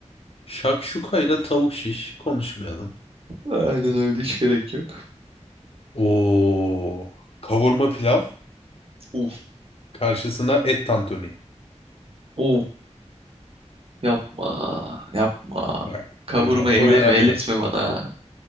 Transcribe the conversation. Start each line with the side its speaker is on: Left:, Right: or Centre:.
Left: Şakşuka ile tavuk şiş konuşmayalım.
Right: Aynen öyle hiç gerek yok.
Left: Oo, kavurma pilav
Right: Uf
Left: karşısına et tantuni.
Right: uf yapma yapma.
Left: Bak
Right: Kavurma
Left: hocam
Right: eleme
Left: bu önemli.
Right: elletme bana.